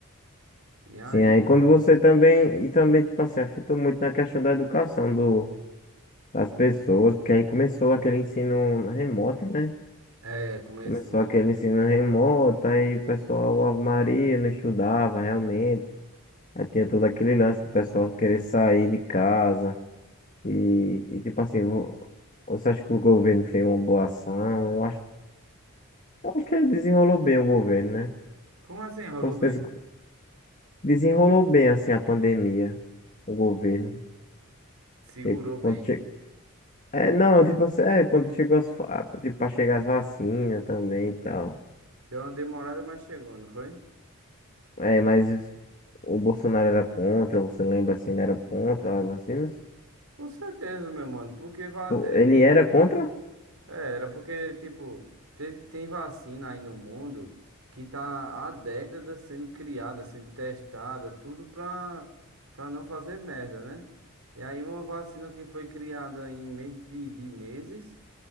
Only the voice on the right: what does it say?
E aí,
é, começou.
Como assim? Rolou
bem?
Segurou
bem.
Deu uma demorada, mas chegou, não foi?
Com certeza, meu mano, porque va-
é,
tem.
É, era porque, tipo, teve- tem vacina aí no mundo que tá há décadas sendo criada, sendo testada, tudo pra, pra não fazer merda, né? E aí uma vacina que foi criada em menos de, de meses,